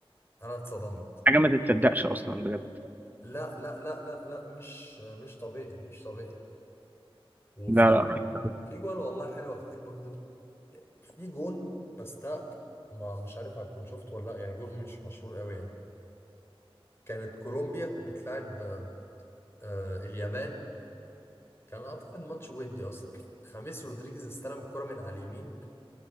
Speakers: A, on the left; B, on the right.
A: انا اتصدمت
B: حاجة ما تتصدقش اصلا بجد
A: لا لا لا لا لا مش مش طبيعي مش طبيعي وفي
B: لا لا رهيب قوي
A: في جون والله حلوه كتير برضو في جون بس ده ما مش عارف هتكون شفته ولا لا يعني جون مش مشهور قوي يعني كانت كولومبيا بتلعب آه، آه، اليابان كان اعتقد ماتش ودي اصلا خميس رودريجيز استلم الكرة من على اليمين